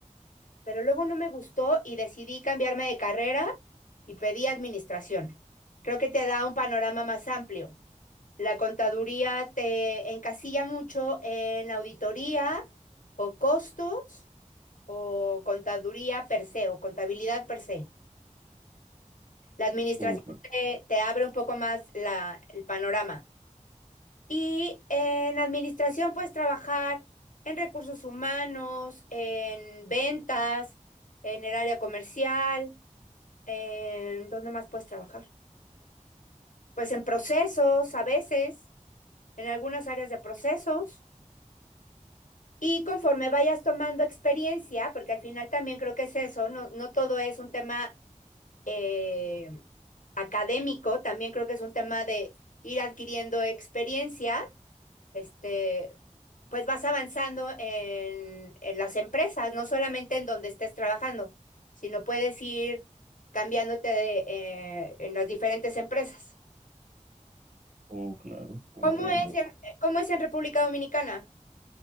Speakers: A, on the left; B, on the right.
A: pero luego no me gustó y decidí cambiarme de carrera y pedí administración. Creo que te da un panorama más amplio. La contaduría te encasilla mucho en auditoría o costos o contaduría per se o contabilidad per se. La administración
B: Oh,
A: te, te abre un poco más la- el panorama. Y en administración puedes trabajar en recursos humanos, en ventas, en el área comercial, en ¿dónde más puedes trabajar? Pues en procesos a veces, en algunas áreas de procesos. Y conforme vayas tomando experiencia, porque al final también creo que es eso, no, no todo es un tema eh, académico, también creo que es un tema de ir adquiriendo experiencia, este, pues vas avanzando en, en las empresas, no solamente en donde estés trabajando, sino puedes ir cambiándote de, eh, en las diferentes empresas.
B: Oh, claro, comprendo.
A: ¿Cómo es en, cómo es en República Dominicana?